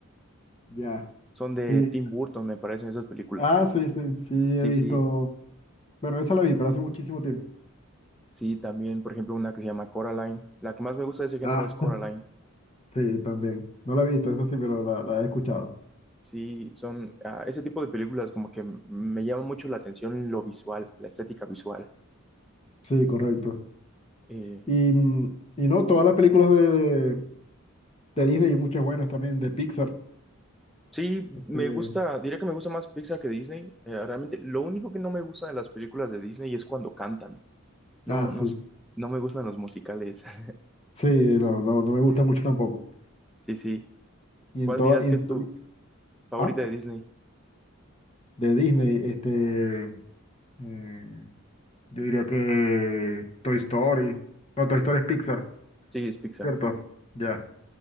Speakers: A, on the left; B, in the centre.
A: ya.
B: Son de
A: Sí.
B: Tim Burton, me parecen esas películas.
A: Ah, sí, sí, sí,
B: Sí,
A: he visto.
B: sí,
A: Bueno, esa la vi, pero hace muchísimo tiempo.
B: sí, también, por ejemplo, una que se llama Coraline. La que más me gusta de ese género
A: Ah,
B: es Coraline.
A: <laughs> sí, también. No la he visto, esa sí, pero la, la he escuchado.
B: Sí, son ah, ese tipo de películas como que me llama mucho la atención lo visual, la estética visual.
A: Sí, correcto.
B: Eh,
A: Y, mm, y no, todas las películas de, de Disney y muchas buenas también, de Pixar.
B: sí, me
A: Eh,
B: gusta, diría que me gusta más Pixar que Disney. Eh, realmente, lo único que no me gusta de las películas de Disney es cuando cantan. No,
A: ah, sí.
B: no sé, no me gustan los musicales. <laughs>
A: Sí, no, no, no me gusta mucho tampoco.
B: Sí, sí.
A: Y en
B: ¿Cuál
A: todas,
B: dirás
A: y
B: que
A: en
B: es tu
A: to- y-
B: favorita
A: ah,
B: de Disney?
A: de Disney, este, mm, Yo diría que Toy Story. No, Toy Story es Pixar,
B: Sí, es Pixar.
A: ¿cierto? Ya.